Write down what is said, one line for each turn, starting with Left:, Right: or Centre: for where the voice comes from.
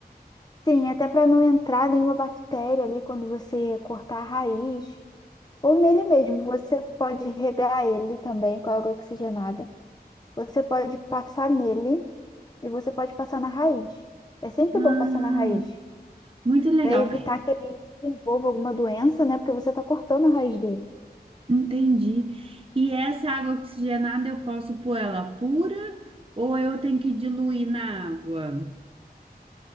Left: Sim, até para não entrar nenhuma bactéria ali quando você cortar a raiz. Ou nele mesmo, você pode regar ele também com água oxigenada. Você pode passar nele e você pode passar na raiz. É sempre
Right: Ah,
Left: bom passar na raiz,
Right: muito legal.
Left: para evitar que ele desenvolva alguma doença, né? Porque você está cortando a raiz dele.
Right: Entendi. E essa água oxigenada eu posso pôr ela pura ou eu tenho que diluir na água?